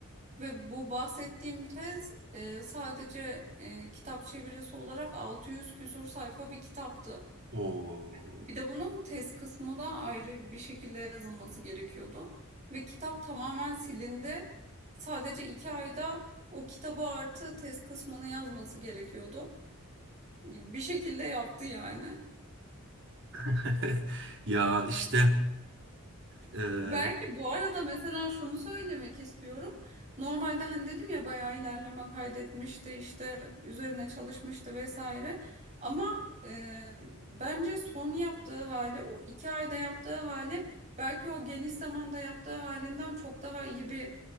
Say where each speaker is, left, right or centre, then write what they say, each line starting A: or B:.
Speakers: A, on the right (about 35°); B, on the right (about 55°).
A: Ve bu bahsettiğim tez e, sadece e, kitap çevirisi olarak 600 küsur sayfa bir kitaptı.
B: Oo.
A: Bir de bunun tez kısmı da ayrı bir şekilde yazılması gerekiyordu. Ve kitap tamamen silindi. Sadece iki ayda o kitabı artı tez kısmını yazması gerekiyordu. Bir şekilde yaptı yani.
B: <laughs> Ya işte e,
A: Belki bu arada mesela şunu söylemek istiyorum. Normalde hani dedim ya bayağı ilerleme kaydetmişti işte üzerine çalışmıştı vesaire. Ama e, bence son yaptığı hali o iki ayda yaptığı hali belki o geniş zamanda yaptığı halinden çok daha iyi bir